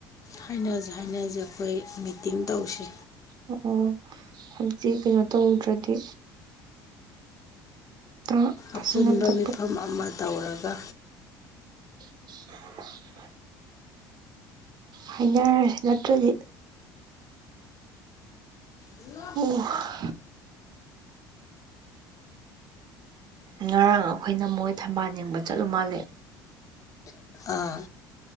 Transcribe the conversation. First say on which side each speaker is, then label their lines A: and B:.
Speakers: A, on the left (about 30°); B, on the right (about 40°).
A: ꯍꯥꯏꯅꯖꯦ ꯍꯥꯏꯅꯖꯦ ꯑꯈꯣꯏ ꯃꯤꯇꯤꯡ ꯇꯧꯁꯤ
B: ꯑꯣ ꯑꫭ ꯍꯥꯟꯆꯤꯠ ꯀꯩꯅꯣ ꯇꯧꯗ꯭ꯔꯗꯤ ꯑꯝꯇ
A: ꯑꯄꯨꯟꯕ
B: ꯐꯖꯅ ꯑꯝꯇ
A: ꯃꯤꯐꯝ ꯑꯃ ꯇꯧꯔꯒ
B: <unintelligible> ꯍꯥꯏꯅꯔꯁꯦ ꯅꯠꯇ꯭ꯔꯗꯤ
A: <unintelligible>
B: <unintelligible> ꯉꯔꯥꯡ ꯑꯩꯈꯣꯏꯅ ꯃꯣꯏ ꯊꯝꯕꯥꯜ ꯌꯦꯡꯕ ꯆꯠꯂꯨ ꯃꯥꯜꯂꯦ
A: ꯑꯥ